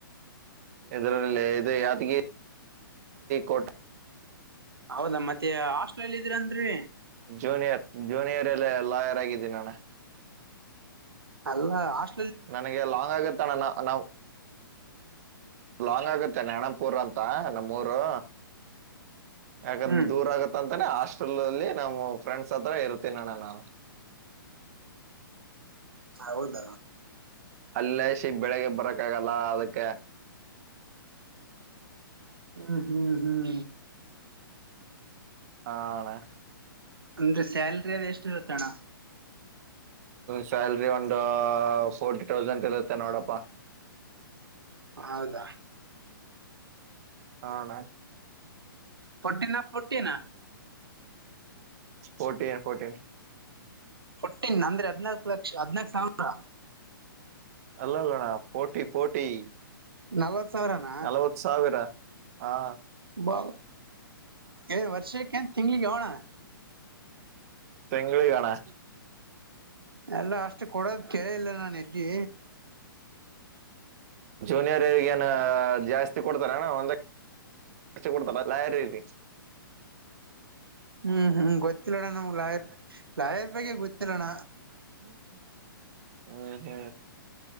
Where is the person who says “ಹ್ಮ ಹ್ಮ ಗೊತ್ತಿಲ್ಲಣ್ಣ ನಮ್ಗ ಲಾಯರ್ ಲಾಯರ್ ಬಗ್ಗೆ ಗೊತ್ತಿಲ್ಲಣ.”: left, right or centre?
Right